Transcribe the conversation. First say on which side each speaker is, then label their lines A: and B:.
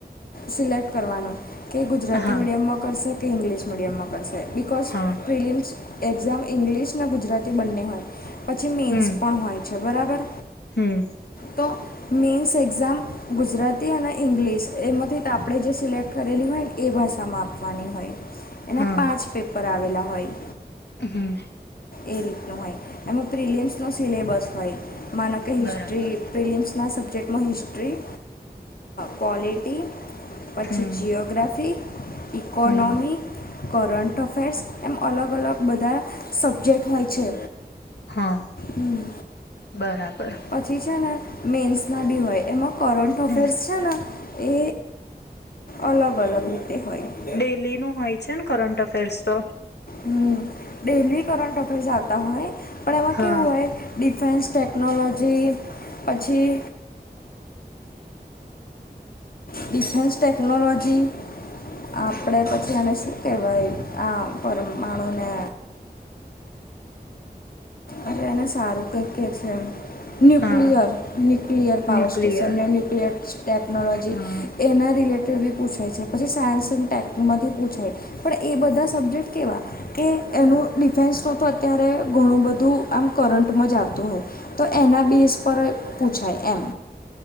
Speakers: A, on the left; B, on the left.
A: સિલેક્ટ કરવાનું, કે ગુજરાતી
B: હા
A: મીડિયમમાં કરશે કે ઇંગ્લિશ મીડિયમમાં કરશે. બિકઝ
B: હા
A: પ્રિલિમ્સ એક્ઝામ ઇંગ્લિશ ને ગુજરાતી બંને હોય. પછી મેન્સ
B: હમ
A: પણ હોય છે બરાબર.
B: હમ.
A: તો મેઇન્સ એક્ઝામ ગુજરાતી અને ઇંગ્લિશ એમાંથી આપણે જે સિલેક્ટ કરેલી હોય ને એ ભાષામાં આપવાની હોય. એના
B: હા
A: પાંચ પેપર આવેલા હોય.
B: હમ.
A: એ રીતનું હોય, એમાં પ્રિલિયમ્સ નો સિલેબસ હોય માનો કે હિસ્ટ્રી.
B: બરાબર
A: વિલિયમ્સના સબ્જેક્ટમાં, હિસ્ટ્રી, પોલટ. પછી
B: હમ
A: જીઓગ્રાફી, ઈકોનોમી.
B: હમ
A: કરંટ અફેર્સ એમ અલગ અલગ બધા સબ્જેક્ટ હોય છે.
B: હા,
A: હમ.
B: બરાબર.
A: પછી છે ને મેન્સના બી હોય એમાં કરંટ અફેર્સ
B: હમ
A: છે, ને એ અલગ અલગ રીતે હોય.
B: ડેલીનું હોય છે ને કરંટ અફેર્સ તો
A: હમ ડેલી કરં ડોકરસ આવતા હોય પણ એમાં
B: હા
A: કેવું હોય. ડિફેન્સ ટેકનોલોજી પછી ડિફેન્સ ટેકનોલોજી, આપણે પછી અનેને શું. ઓ કેવાાઈ આ પર માણુને અરે એને સારું કંઈક કહે છે એમ. nuclear
B: હા
A: nuclear power
B: nuclear
A: station ને ન્યુક્લિયર ટેક્નોલોજી.
B: હા
A: એના રિલેટેડ બી પૂછાય છે પછી સાયન્સ અનેડ ટેકમાંથી પૂછાય. પણ એ બધા સબ્જેક્ટ કેવા, કે એનું ડિફેન્સ તો તો અત્યારે ઘણું બધું બધું આમ કરંટમાં જ આવતું હોય, તો એના બેસ પર પૂછાય એમ.